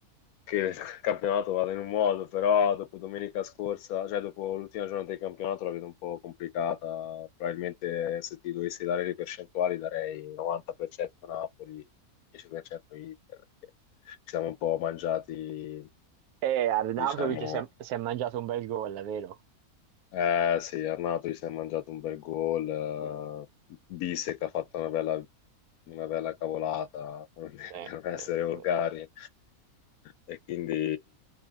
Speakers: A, on the left; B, on the right.
A: che il <laughs> campionato vada in un modo, però dopo domenica scorsa, cioè dopo l'ultima giornata del campionato la vedo un po' complicata. Probabilmente se ti dovessi dare le percentuali darei 90% Napoli, 10% Inter, perché ci siamo un po' mangiati, Eh,
B: Eh, Arnautovic
A: diciamo,
B: si è, si è mangiato un bel gol, vero?
A: eh sì, Arnato si è mangiato un bel gol, eh, Bissek ha fatto una bella, una bella cavolata, <laughs> per
B: Sì,
A: non essere
B: sì, sì.
A: volgari, e quindi